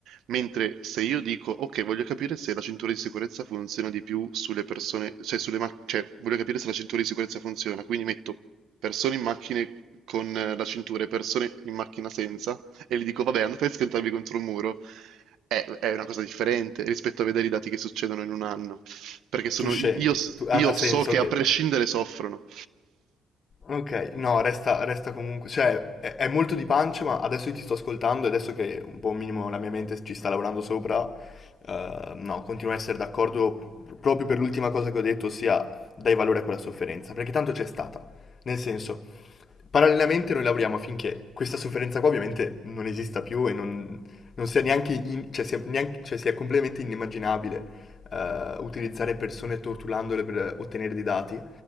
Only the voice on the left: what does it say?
tu scendi,
tu- ha,
ha senso
che...
Ok, no, resta, resta comunque, cioè è, è molto di pancia, ma adesso io ti sto ascoltando e adesso che un po' un minimo la mia mente ci sta lavorando sopra, eh, no, continuo a essere d'accordo proprio per l'ultima cosa che ho detto, ossia dai valore a quella sofferenza, perché tanto c'è stata. Nel senso, parallelamente noi lavoriamo affinché questa sofferenza qua ovviamente non esista più e non, non sia neanche, in- cioè sia, neanche- cioè sia completamente inimmaginabile eh, utilizzare persone torturandole per ottenere dei dati,